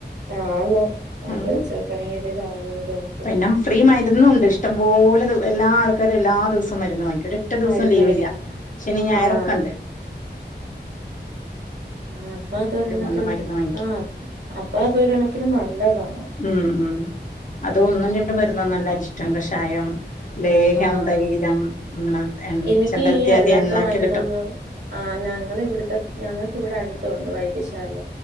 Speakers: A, on the right; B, on the left.
A: ആന്ന് ആത്
B: ഉം
A: വെച്ച് നോക്കാണെങ്കി ഇത് ലാഭകരാണ്.
B: പിന്നെ ഫ്രീ മര്ന്നുണ്ട് ഇഷ്ടം പോലെ ത് എല്ലാ ആൾക്കാരു എല്ലാ ദിവസം മര്ന്ന് വാങ്ങിക്കും. ഒരെ റ്റ ദിവസം
A: മരുന്ന്
B: ലീവില്ല
A: മേടിക്കും
B: ശനിം ഞായറൊക്കെണ്ട്.
A: ആഹ് ഉം അപ്പാത്തൊരെണക്കിലും
B: വന്ന് മരുന്ന് വാങ്ങിക്കും
A: ആഹ് അപ്പാത്തൊരെകണക്കിലും നല്ലതാ.
B: ഉം ഉം അത് ഒന്നും രണ്ടും മര്ന്നൊന്നല്ല അരിഷ്ടം, കഷായം ലേഹം,
A: ആഹ്
B: തൈലം അമ്മള് എൺ
A: എനിക്ക്
B: ചെമ്പരത്ത്യാദി
A: ഈ അല്ലാത്ത
B: എണ്ണക്കെ
A: മരുന്നൊന്നും
B: കിട്ടും.
A: ആഹ് ഞങ്ങള് വ്ട്ത്തെ ഞങ്ങക്ക് വ്ടെ അട്ത്തൊണ്ട് വൈദ്യശാല.